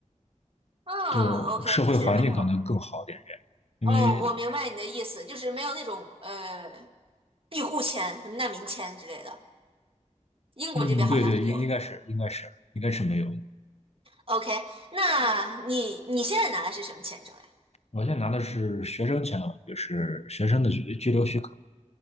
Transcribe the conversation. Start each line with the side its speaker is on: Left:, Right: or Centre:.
Right: 嗯，OK，
Left: 就社会环境可能更好一点点，
Right: 就是没有。哦，
Left: 因为
Right: 我明白你的意思，就是没有那种呃庇护签、什么难民签之类的。英国这边好像是有的。
Left: 嗯，对对，应应该是应该是应该是没有。
Right: OK，那你你现在拿的是什么签证呀？
Left: 我现在拿的是学生签了，就是学生的居居留许可，